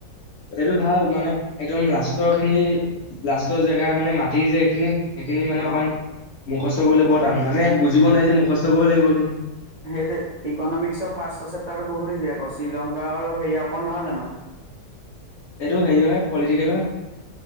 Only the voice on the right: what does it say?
অ
সেইটোৱে, ইকনমিক্সৰ ফাৰ্ষ্ট চেপ্তাৰটো বহুত ইজিআকৌ শ্ৰীলংকাৰ হেৰি ওপৰ নহয় জানো?